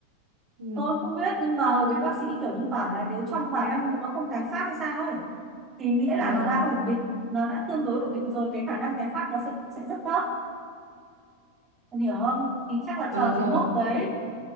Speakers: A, on the right; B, on the right.
A: ừ,
B: tôi không biết nhưng mà hồi đấy bác sĩ kiểu như bảo là nếu trong vài năm nữa nó không tái phát hay sao ấy thì nghĩa
A: ờ
B: là nó đã ổn định nó đã tương đối ổn định rồi cái khả năng tái phát nó sẽ sẽ rất thấp Em hiểu không thì chắc là
A: ừ
B: chờ
A: rồi.
B: cái mốc đấy